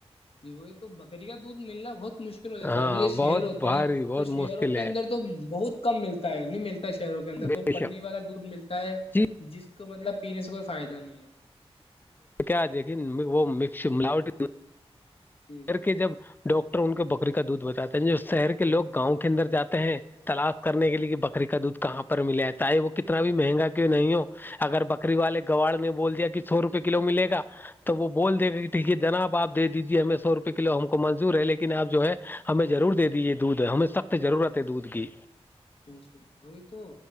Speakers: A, on the left (about 65°); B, on the left (about 20°).
A: یہی تو بکری کا دودھ ملنا بہت مشکل ہو جاتا
B: ہاں
A: ہے ابھی جو شیر
B: بہت
A: ہوتے
B: بھاری
A: ہیں
B: بہت
A: تو شہروں
B: مشکل
A: کے
B: ہے
A: اندر تو بہت کم ملتا ہے نہیں ملتا شہروں کے اندر
B: بے
A: تو پنی
B: شک
A: والا دودھ ملتا ہے
B: جی
A: جس کو مطلب پینے سے کوئی فائدہ نہیں ہے
B: کیا دیکن وہ مس ملاوٹ <unintelligible>
A: جی
B: شہر کے جب ڈاکٹر ان کو بکری کا دودھ بتاتے ہیں جو شہر کے لوگ گاؤں کے اندر جاتے ہیں تلاش کرنے کے لیے کہ بکری کا دودھ کہاں پر ملا ہے چاہے وہ کتنا بھی مہنگا کی نہیں ہو اگر بکری والے گواڑ نے بول دیا کہ سو روپئے کلو ملے گا تو وہ بول دے گا کہ ٹھیک ہے جناب آپ دے دیجیے ہمیں سو روپئے کلو ہم کو منظور ہے لیکن آپ جو ہے ہمیں ضرور دے دیجے دودھ ہمیں سختضرورت ہے دودھ کی
A: جش وہی تو